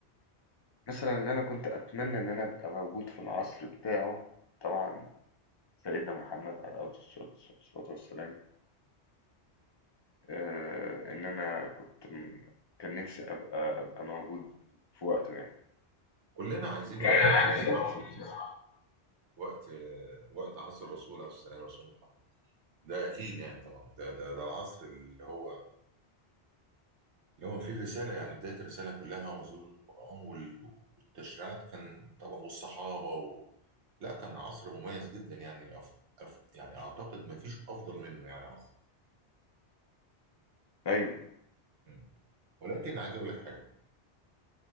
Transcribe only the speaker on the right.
كلنا عايزين نبقى
موجودين بصراحة وقت وقت عصر الرسول عليه السلام رسول محمد ده اكيد يعني طبعا ده ده ده العصر اللي هو اللي هو فيه الرساله يعني بدايه الرساله كلها ونزول القران وال- والتشريعات كان طبعا والصحابه و... لا كان عصر مميز جدا يعني أف... أف... يعني اعتقد ما فيش افضل منه يعني عصر
م. ولكن عايز اقول لك حاجه